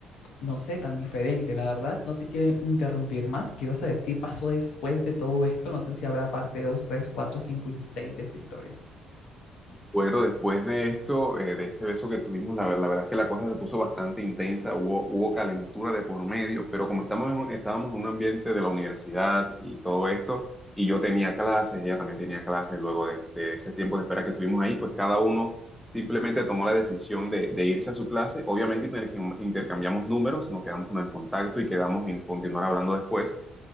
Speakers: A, on the left (about 75°); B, in the centre.
A: no sé, tan diferente. La verdad, no te quiero interrumpir más. Quiero saber qué pasó después de todo esto. No sé si habrá parte dos tres cuatro cinco y seis de esta historia.
B: Bueno, después de esto, eh, de ese beso que tuvimos, la, ver- la verdad es que la cosa se puso bastante intensa, hubo, hubo calentura de por medio, pero como estamos en un- estábamos en un ambiente de la universidad y todo esto, y yo tenía clases, ella también tenía clases, luego de, de ese tiempo de espera que tuvimos ahí, pues cada uno simplemente tomó la decisión de, de irse a su clase. Obviamente intercam- intercambiamos números, nos quedamos con el contacto y quedamos en continuar hablando después.